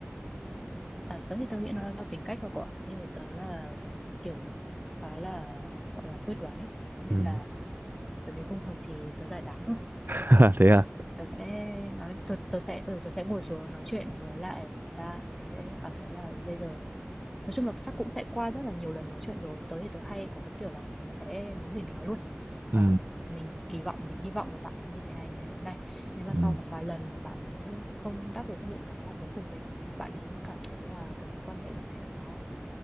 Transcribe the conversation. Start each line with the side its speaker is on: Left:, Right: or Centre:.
Centre: à, tớ thì tớ nghĩ nó là do tính cách thôi cậu ạ nhưng thì tớ là kiểu khá là gọi là quyết đoán ấy nên
Right: ừ.
Centre: là tớ thấy không hợp thì tớ giải tán thôi
Right: <laughs> thế à
Centre: tớ sẽ nói tớ, tớ sẽ ừ, tớ sẽ ngồi xuống nói chuyện với lại người ta tớ sẽ cảm thấy là ừ, bây giờ nói chung là chắc cũng sẽ qua rất là nhiều lần nói chuyện rồi tớ thì tớ hay có cái kiểu là mình sẽ muốn gì mình nói luôn Ờ,
Right: ừ.
Centre: mình kỳ vọng mình hy vọng vào bạn ấy như thế này như thế này, như thế này. nhưng mà sau
Right: Ừ.
Centre: khoảng vài lần mà bạn ấy không đáp ứng những cái mong muốn của mình bạn ấy cảm thấy là cái mối quan hệ này nó